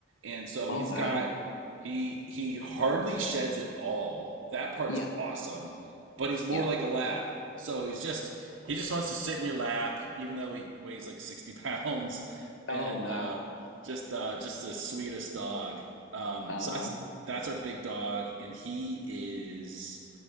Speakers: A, on the right; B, on the left.
A: And so
B: Oh
A: he's
B: wow.
A: got he he hardly sheds at all. That part's
B: Yeah.
A: awesome, but he's more
B: Yeah.
A: like a lab. So he's just he just wants to sit in your lap, even though he weighs like 60 <laughs> pounds,
B: Oh
A: and
B: wow.
A: uh, just uh, just the sweetest dog. Um,
B: Uh
A: so that's that's our big dog, and he is